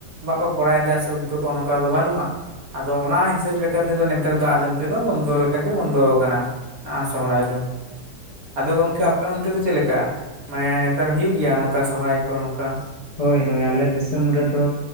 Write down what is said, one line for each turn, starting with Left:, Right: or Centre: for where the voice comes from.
Right: ᱵᱟᱠᱚ ᱠᱚᱨᱟᱣ ᱮᱫᱟ ᱥᱮ, ᱩᱫᱽᱫᱳᱜᱽ ᱚᱱᱠᱟ ᱫᱚ ᱵᱟᱹᱱᱩᱜ ᱠᱚᱣᱟ, ᱟᱫᱚ ᱚᱱᱟ ᱦᱤᱥᱟᱹᱵ ᱞᱮᱠᱟ ᱛᱮᱫᱚ ᱱᱮᱛᱟᱨ ᱫᱚ ᱟᱞᱮ ᱚᱱᱛᱮ ᱫᱚ ᱵᱚᱱᱫᱚ ᱞᱮᱠᱟᱜᱮ ᱵᱚᱱᱫᱚ ᱟᱠᱟᱱᱟ ᱾ ᱱᱟᱜ ᱥᱚᱦᱚᱨᱟᱭ ᱫᱚ ᱾ ᱟᱫᱚ ᱜᱚᱝᱠᱮ ᱟᱯᱮ ᱚᱱᱛᱮ ᱫᱚ ᱪᱮᱫ ᱞᱮᱠᱟ, ᱢᱟᱱᱮ ᱱᱮᱛᱟᱨ ᱦᱩᱭᱩᱜ ᱜᱮᱭᱟ ᱱᱚᱝᱠᱟ ᱥᱚᱦᱚᱨᱟᱭ ᱠᱚ ᱱᱚᱝᱠᱟ?
Left: ᱦᱚᱭ ᱦᱚᱭ ᱟᱞᱮ ᱫᱤᱥᱚᱢ ᱨᱮᱫᱚ